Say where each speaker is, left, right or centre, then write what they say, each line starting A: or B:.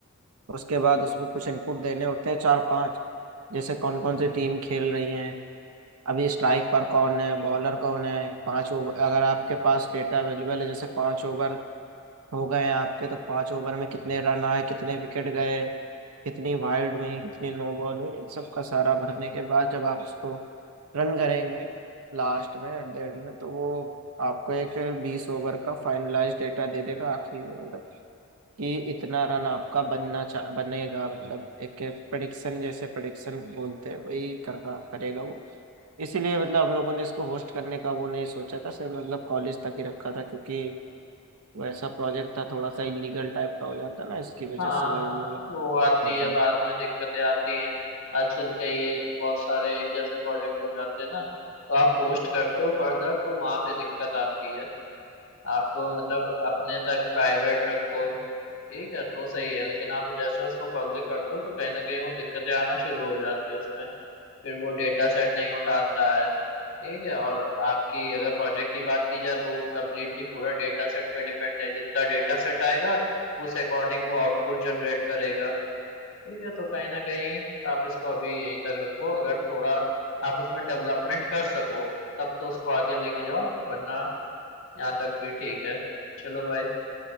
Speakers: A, on the right; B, on the left.
A: उसके बाद उसमें कुछ इनपुट देने होते हैं चार पांच जैसे कौन कौन सी टीम खेल रही है अभी स्ट्राइक पर कौन है बॉलर कौन है पांच ओवर अगर आपके पास डेटा अवेलेबल है जैसे पांच ओवर हो गए आपके तो पांच ओवर में कितने रन आए कितने विकेट गए कितनी वाइड हुई कितनी नो बॉल हुई इन सबका सारा भरने के बाद जब आप उसको रन करेंगे लास्ट में एट द एंड में तो वो आपको एक बीस ओवर का फाइनलाइज डेटा दे देगा आखिरी में मतलब कि इतना रन आपका बनना चा बनेगा मतलब एक प्रडिक्शन जैसे प्रडिक्शन बोलते हैं वही करना करेगा वो इसीलिए मतलब हम लोगों ने इसको होस्ट करने का वो नहीं सोचा था सिर्फ मतलब कॉलेज तक ही रखा था क्योंकि वैसा प्रोजेक्ट था थोड़ा सा इलीगल टाइप का हो जाता ना इसकी वजह
B: हाँ
A: से भाई
B: हाँ
A: हम लोगों ने
B: वो आती
A: देखा
B: है बाद में दिक्कतें आती हैं आजकल के ये बहुत सारे एक जैसे प्रोजेक्ट हो जाते हैं ना तो आप होस्ट करते हो फर्दर तो वहाँ पे दिक्कत आती है आपको मतलब अपने तक प्राइवेट रखो ठीक है तो सही है लेकिन आप जैसे उसको पब्लिक करते हो तो कहीं ना कहीं वो दिक्कतें आना शुरू हो जाती है उसमें फिर वो डेटा सेट नहीं उठाता है ठीक है और आपकी अगर प्रोजेक्ट की बात की जाए तो कम्प्लीटली पूरा डेटा सेट पे डिपेंड है जितना डेटा सेट आएगा उस अकॉर्डिंग वो आउटपुट जनरेट करेगा ठीक है तो कहीं ना कहीं आप इसको अभी यहीं तक रखो अगर थोड़ा आप उसमें डेवलपमेंट कर सको तब तो उसको आगे लेके जाओ वरना यहाँ तक भी ठीक है चलो भाई